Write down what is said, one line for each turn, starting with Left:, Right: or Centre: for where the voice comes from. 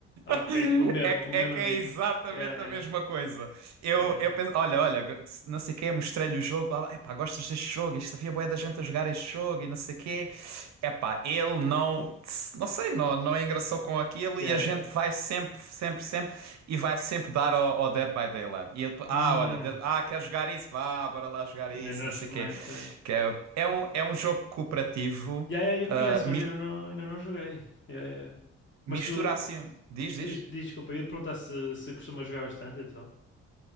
Left: Ok,
Right: <laughs>
Left: o mesmo,
Right: é, que-
Left: o
Right: é
Left: mesmo
Right: que
Left: amigo.
Right: é exatamente
Left: Yeah, yeah,
Right: a mesma coisa. Eu,
Left: yeah, yeah.
Right: eu penso, olha, olha, não sei o quê, mostrei-lhe o jogo, blá, blá, epá, gostas deste jogo? Isto havia bué da gente a jogar este jogo e não sei o quê. Epá, ele não, não sei, não, não engraçou com aquilo
Left: yeah,
Right: e a gente
Left: yeah.
Right: vai sempre, sempre, sempre e vai sempre dar ao, ao Dead by Daylight. E ele,
Left: Hum,
Right: ah, olha, Dead- ah, quer jogar isso? Vá, bora lá jogar isso,
Left: ainda não
Right: não
Left: experimentei.
Right: sei o quê. Que é, é um, é um jogo cooperativo,
Left: Yeah, yeah, eu
Right: ah,
Left: conheço, mas ainda não, ainda não joguei. Yeah, yeah, yeah. Mas
Right: Mistura
Left: tu,
Right: assim. Diz, diz.
Left: Diz, diz, desculpa, eu ia perguntar se, se costuma jogar bastante, então.